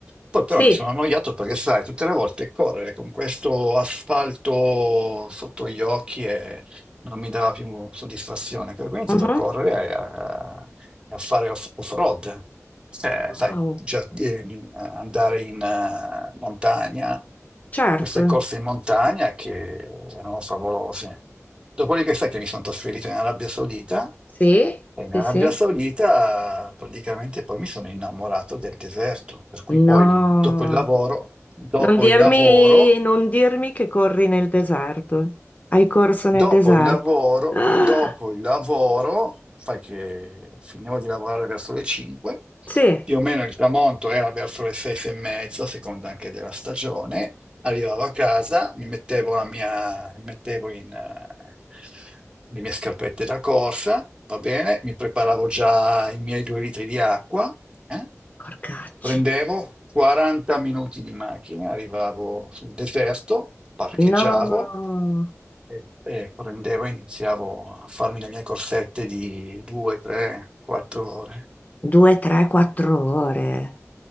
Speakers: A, on the right; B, on the left.
A: poi però
B: Sì.
A: mi sono annoiato perché, sai, tutte le volte correre con questo asfalto sotto gli occhi e non mi dava più soddisfazione. Per cui ho iniziato
B: Mhm.
A: a correre e a, a fare off- off-road. Eh,
B: Wow.
A: sai, già- eh, andare in eh, montagna,
B: Certo.
A: queste corse in montagna che erano favolose. Dopodiché sai che mi sono trasferito in Arabia Saudita
B: Sì,
A: e in
B: sì,
A: Arabia
B: sì.
A: Saudita praticamente poi mi sono innamorato del deserto, per cui
B: No,
A: poi dopo il lavoro, dopo
B: non dirmi,
A: il lavoro,
B: non dirmi che corri nel deserto. Hai corso
A: dopo
B: nel deserto.
A: il lavoro,
B: <gasps> Ah,
A: dopo il lavoro, sai che finivo di lavorare verso le 5,
B: sì.
A: più o meno il tramonto era verso le 6 e mezza, a seconda anche della stagione, Arrivavo a casa, mi mettevo la mia, mi mettevo in, eh, le mie scarpette da corsa, va bene, mi preparavo già i miei due litri di acqua, eh.
B: Porcaccio.
A: Prendevo 40 minuti di macchina, arrivavo sul deserto, parcheggiavo
B: No.
A: e, e prendevo e iniziavo a farmi le mie corsette di 2, 3, 4 ore.
B: Due, tre, quattro ore.